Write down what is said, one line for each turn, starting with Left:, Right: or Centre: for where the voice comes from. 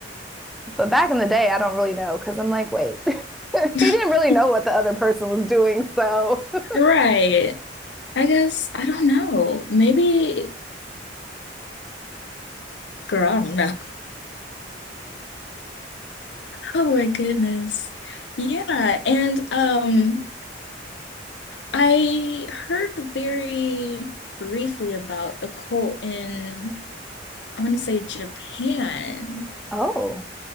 Centre: But back in the day, I don't really know because I'm like, wait, <laughs> he
Left: <laughs>
Centre: didn't really know what the other person was doing. So, <laughs>
Left: Right. I guess I don't know. Maybe girl, I don't know. <laughs> Oh my goodness. Yeah, and um I heard very briefly about a cult in I want to say Japan.
Centre: oh,